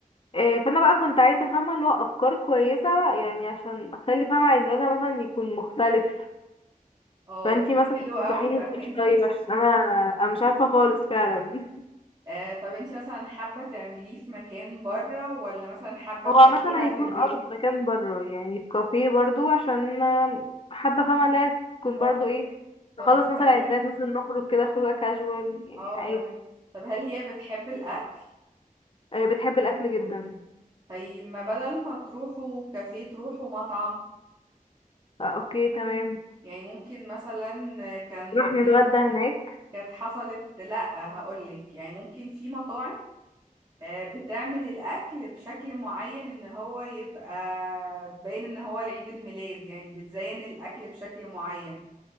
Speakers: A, on the left (about 40°); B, on the right (about 30°).
A: آه، فانا بقى كنت عايزه افهمها اللي هو افكار كويسه يعني عشان اخلي فاهمه عيد ميلادها مثلا يكون مختلف
B: اه
A: فانتي مثلا
B: حلو
A: تنصحيني
B: قوي يبقى
A: بايه
B: هنا
A: طيب عشان انا انا مش عارفه خالص فعلا <laughs>
B: <laughs> آه طب انت مثلا حابة تعمليه في مكان بره ولا مثلا حابة
A: هو
B: تفاجئيها
A: عامة
B: في
A: هيكون
B: البيت
A: اه في مكان بره يعني في كافيه برضو عشان آه، حابة فاهمة اللي هي تكون
B: فاهمة
A: برضو ايه
B: طب
A: نخلص مثلا
B: هل
A: عيدات مثلا نخرج كده خروجة كاجوال يعني
B: اه
A: عادي
B: فاهمة طب هل هي بتحب الأكل
A: آه، بتحب الأكل جدا
B: طيب ما بدل ما تروحوا كافيه تروحوا مطعم
A: آه، اوكي تمام
B: يعني ممكن مثلا كان
A: نروح نتغدى هناك
B: كانت حصلت لأ هقولك يعني ممكن في مطاعم آه، بتعمل الأكل بشكل معين إن هو يبقى باين إن هو العيد الميلاد يعني بتزين الأكل بشكل معين